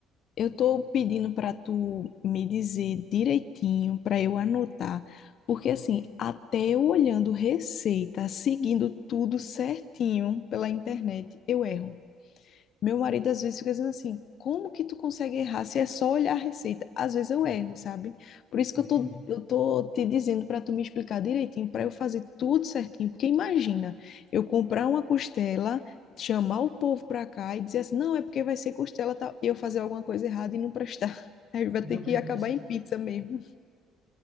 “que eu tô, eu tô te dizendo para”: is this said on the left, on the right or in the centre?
Left